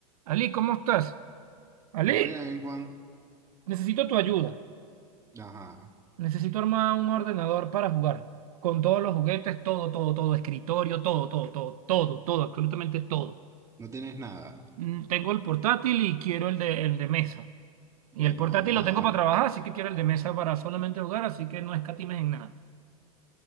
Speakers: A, on the right; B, on the right.
A: Ali, ¿cómo estás? Ali,
B: Todo bien, Juan.
A: necesito tu ayuda.
B: Ajá.
A: Necesito armar un ordenador para jugar. Con todos los juguetes, todo, todo, todo, escritorio, todo, todo, todo, todo, todo, absolutamente todo.
B: No tienes nada.
A: Mm, Tengo el portátil y quiero el de, el de mesa.
B: Bueno,
A: Y el portátil
B: vamos
A: lo tengo
B: a darle.
A: para trabajar, así que quiero el de mesa para solamente jugar, así que no escatimes en nada.